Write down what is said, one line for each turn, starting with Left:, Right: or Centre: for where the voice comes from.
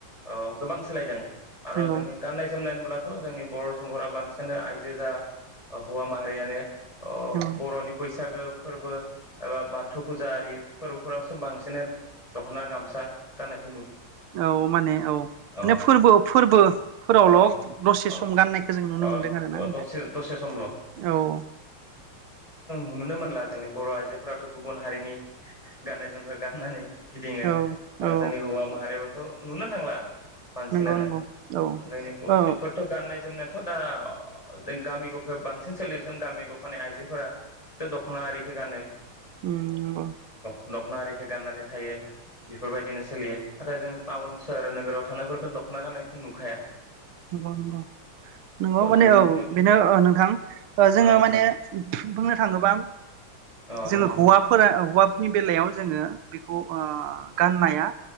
Left: औ गोबां सोलायदों आरो
Right: नंगौ
Left: जोंनि गाननाय जोमनाय होमब्ला थ' जोंनि बर' सुबंफोरा बांसिनानो आइजो जा हौवा माहारियानो अ
Right: औ
Left: बर'नि बैसागो फोरबो एबा बाथौ फुजा आरि फोरबोफोरावसो बांसिन दखना गामसा गाननायखो
Right: औ माने औ माने
Left: अ
Right: फोरबो फोरबोफोरावल'
Left: अ
Right: दसे
Left: अ
Right: सम गाननायखो जों नुनो
Left: अ
Right: मोनदों आरोना
Left: दसे दसे समल'
Right: औ।
Left: नुनो मोनला जोंनि बर' आइजोफोराथ' गुबुन हारिनि गाननाय जोमग्रा गाननानै गिदिङो
Right: औ औ
Left: जोंनि हौवा माहारिबो त' नुनो थांला बांसिनानो
Right: नंगौ नंगौ औ
Left: जोंनि बेफोरथ'
Right: औ
Left: गाननाय जोमनाय दाथ' दा जों गामि गफायाव बांसिन सोलियोसन गामि गफानि आइजोफोरा दख्ना आरिखो गानो।
Right: उम नगौ
Left: दखना आरिखो गाननानै थायो बेफोरबायदिनो सोलियो नाथाय जोंङो टाउन सोहोर नोगोराव थानायफोरखौ दख'ना गाननायखो नोखाया
Right: नंगौ नंगौ नंगौ माने
Left: हारिनिखौनो
Right: औ बेनो नोंथां जोङो
Left: औ
Right: माने बुंनो थाङोबा
Left: अ
Right: जोङो
Left: नोंथां
Right: हौवाफोरा हौवा नि बेलायाव जोङो बेखौ ओ गाननाया।